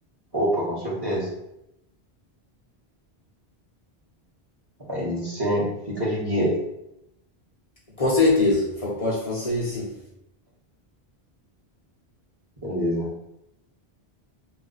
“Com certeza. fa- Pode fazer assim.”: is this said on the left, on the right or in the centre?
Left